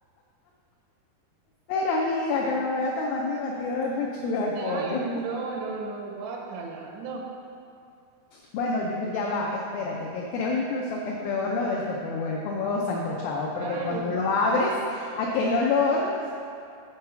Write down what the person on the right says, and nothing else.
Ay, no,
no, no, guácala, no.
Ay,
no.